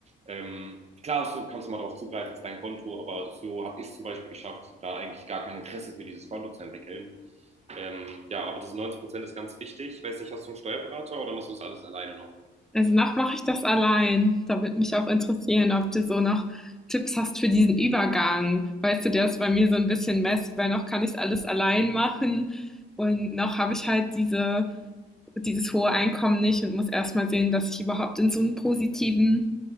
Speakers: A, on the right; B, in the centre.
A: Ähm, klar, du kannst immer darauf zugreifen, das ist dein Konto, aber so habe ich es zum Beispiel geschafft, da eigentlich gar kein Interesse für dieses Konto zu entwickeln. Ähm, ja, aber diese 90 Prozent ist ganz wichtig. Ich weiß nicht, hast du einen Steuerberater oder machst du das alles alleine noch?
B: Also noch mache ich das allein. Da würde mich auch interessieren, ob du so noch Tipps hast für diesen Übergang. Weißt du, der ist bei mir so ein bisschen Mess, weil noch kann ich alles allein machen und noch habe ich halt diese dieses hohe Einkommen nicht und muss erstmal sehen, dass ich überhaupt in so einen positiven,